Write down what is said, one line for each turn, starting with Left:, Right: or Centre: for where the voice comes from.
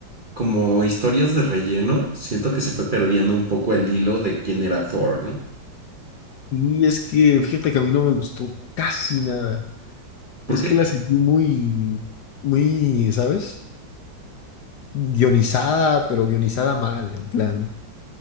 Right: como historias de relleno, siento que se fue perdiendo un poco el hilo de quién era Thor, ¿no?
Left: Y es que, fíjate que a mí no me gustó casi nada.
Right: ¿Por
Left: Es
Right: qué?
Left: que la sentí muy, muy, ¿sabes? Guionizada, pero guionizada mal, en plan.